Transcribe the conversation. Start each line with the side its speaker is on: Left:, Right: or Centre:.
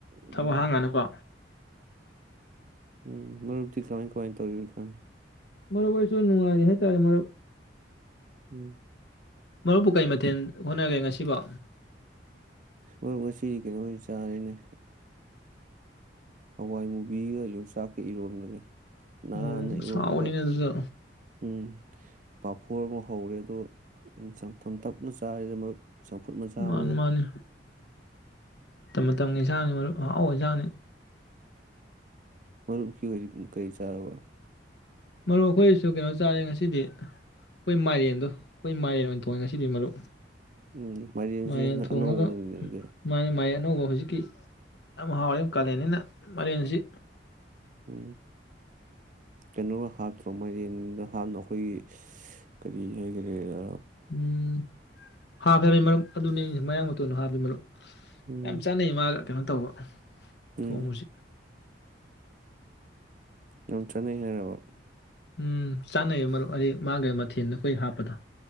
Left: ꯊꯕꯛ
Right: ꯎꯝ
Left: ꯍꯥꯡꯉꯅꯗꯀꯣ
Right: ꯎꯝ ꯃꯔꯨꯞꯇꯤ ꯀꯃꯥꯏ ꯀꯃꯥꯏꯅ ꯇꯧꯔꯤ ꯍꯧꯖꯤꯀꯥꯟ
Left: ꯃꯔꯨꯞ ꯑꯣꯏꯁꯨ ꯅꯨꯡꯉꯥꯏꯔꯤ ꯍꯥꯏꯇꯥꯔꯦ ꯃꯔꯨꯞ
Right: ꯎꯝ
Left: ꯃꯔꯨꯞꯄꯨ ꯀꯩ ꯃꯊꯦꯜ ꯍꯣꯠꯅꯒꯦ ꯉꯁꯤꯕꯣ
Right: ꯃꯔ ꯉꯁꯤꯗꯤ ꯀꯩꯅꯣ ꯑꯣꯏꯅ ꯆꯥꯔꯤꯅꯦ ꯍꯋꯥꯏ ꯃꯨꯕꯤꯒ ꯌꯣꯡꯆꯥꯛꯀ ꯏꯔꯣꯟꯕꯅꯦ
Left: ꯑꯣ
Right: ꯍꯥꯟꯅ
Left: ꯑꯁ
Right: ꯏꯔꯣꯜꯂꯒ
Left: ꯍꯥꯎꯕꯅꯤꯅꯦ ꯑꯗꯨꯁꯨ
Right: ꯎꯝ ꯄꯥꯐꯣꯔ ꯑꯃ ꯍꯧꯔꯦ ꯑꯗꯣ ꯆꯪꯊꯣꯝ ꯇꯞꯅ ꯆꯥꯔꯦꯗ ꯃꯔꯨꯞ ꯆꯝꯐꯨꯠ ꯃꯆꯥ
Left: ꯃꯥꯅꯤ
Right: ꯑꯃꯒ
Left: ꯃꯥꯅꯤ ꯃꯇꯝ ꯃꯇꯝꯒꯤꯟꯥꯡꯅꯤ ꯃꯔꯨꯞ ꯍꯑꯣ ꯌꯦꯟꯥꯡꯅꯤ
Right: ꯃꯔꯨꯞ ꯀ ꯑꯣꯏ ꯀꯔꯤ ꯆꯥꯔꯔꯕ
Left: ꯃꯔꯨꯞ ꯑꯩꯈꯣꯏꯁꯨ ꯀꯩꯅꯣ ꯆꯥꯔꯦ ꯉꯁꯤꯗꯤ ꯑꯩꯈꯣꯏ ꯃꯥꯏꯔꯦꯟꯗꯣ ꯑꯩꯈꯣꯏ ꯃꯥꯏꯔꯦꯟ ꯑꯣꯏꯅꯊꯣꯡꯉꯦ ꯉꯁꯤꯗꯤ ꯃꯔꯨꯞ
Right: ꯎꯝ ꯃꯥꯏꯔꯦꯟꯁꯤ
Left: ꯃꯥꯏꯔꯦꯟ
Right: ꯍꯟꯗꯛ
Left: ꯊꯣꯡꯉꯒ
Right: ꯑꯅꯧꯕꯗꯨꯅꯤꯅꯦ
Left: ꯃꯥꯅ ꯃꯥꯏꯔꯦꯟ ꯑꯅꯧꯕ ꯍꯧꯖꯤꯛꯀꯤ ꯌꯥꯝ ꯍꯥꯎꯔ ꯀꯥꯂꯦꯟꯅꯤꯅ ꯃꯩꯔꯦꯟꯁꯤ
Right: ꯎ ꯀꯩꯅꯣꯒ ꯍꯥꯞꯇ꯭ꯔꯣ ꯃꯔꯦꯟꯗ ꯍꯥꯞꯅ ꯑꯩꯈꯣꯏꯒꯤ ꯀꯔꯤ ꯍꯥꯏꯒꯗꯦꯥ
Left: ꯎꯝ ꯍꯥ ꯐꯔꯅꯤ ꯃꯔꯝ ꯑꯗꯨꯅꯦ ꯃꯌꯥꯡ ꯇꯣ ꯅꯍꯥꯥꯟꯕꯃꯨꯛ <inaudible>
Right: ꯎꯝ
Left: ꯌꯥꯝ ꯆꯥꯅꯩ ꯃꯥꯒ ꯀꯩꯅꯣ ꯇꯧꯕ
Right: ꯎꯝ
Left: ꯊꯣꯡꯕꯁꯤ
Right: ꯌꯥꯝ ꯆꯠꯅꯩ ꯍꯥꯏꯔꯕ
Left: ꯎꯝ ꯆꯥꯅꯩꯌꯦ ꯃꯔꯨꯞ ꯑꯩ ꯃꯥꯒ ꯃꯊꯦꯜꯗ ꯑꯩꯈꯣꯏ ꯍꯥꯞꯄꯗꯣ